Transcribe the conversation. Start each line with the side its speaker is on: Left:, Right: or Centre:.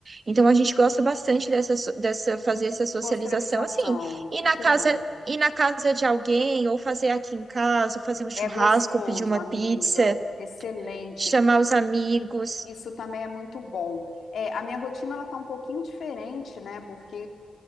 Right: Então a gente gosta bastante dessa, so- dessa fazer essa socialização
Left: Socialização,
Right: assim, ir
Left: isso
Right: na casa,
Left: é bom.
Right: ir na casa de alguém, ou fazer aqui em casa, ou fazer um churrasco,
Left: É gostoso,
Right: ou pedir uma
Left: amiga.
Right: pizza,
Left: Excelente.
Right: chamar os amigos.
Left: Isso também é muito bom. É, a minha rotina ela tá um pouquinho diferente, né? Porque